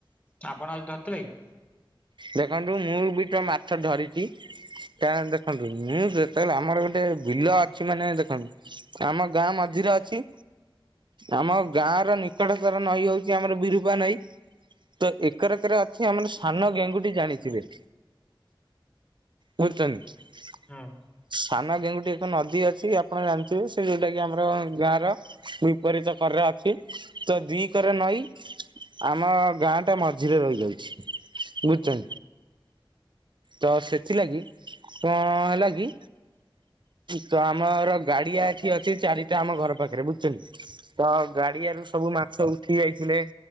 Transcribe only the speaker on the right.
ଦେଖନ୍ତୁ ମୁଁ ବି ତ ମାଛ ଧରିଚି ତାହେଲେ ଦେଖନ୍ତୁ ମୁଁ ଯେତେବେଳେ ଆମର ଗୋଟେ ବିଲ ଅଛି ମାନେ ଦେଖନ୍ତୁ ଆମ ଗାଁ ମଝିରେ ଅଛି। ଆମ ଗାଁ ର ନିକଟତର ନଈ ହୋଉଛି ଆମର ବିରୂପା ନଈ। ତ ଏକରକରେ ଅଛି ଆମାନ ସାନ ଗେଙ୍ଗୁଟି ଜାଣିଥିବେ? ପୁତୁନୀ
କାମ ଗେଙ୍ଗୁଟି ଏକ ନଦୀ ଅଛି ଆପଣ ଜାଣିଥିବେ ଯୋଉଟା କି ଆମର ଗାଁ ର ବିପରୀତ କରରେ ଅଛି ତ ଦି କରେ ନଈ ଆମ ଗାଁ ଟା ମଝିରେ ରହିଯାଉଛି ବୁଝିଛ ତ ସେଥିଲାଗି କଣ ହେଲା କି ତ ଆମର ଗାଡିଆ ଏଠି ଅଛି ଚାରି ସେ ଆମ ଘର ପାଖରେ ବୁଝିନ୍ତି ତ ଗାଡିଆରୁ ସବୁ ମା ସବୁ ଠିକ ଯାଇଥିଲେ